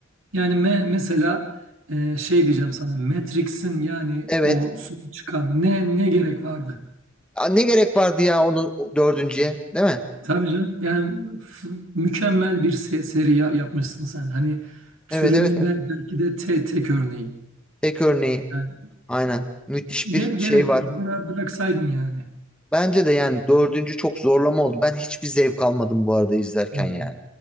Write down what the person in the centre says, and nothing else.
Evet.
Aa, Ne gerek vardı ya onu o dördüncüye, değil mi?
Evet evet evet.
Tek örneği.
Aynen. Müthiş
bir
şey var.
Bence de yani dördüncü çok zorlama oldu. Ben hiçbir zevk almadım bu arada izlerken
yani.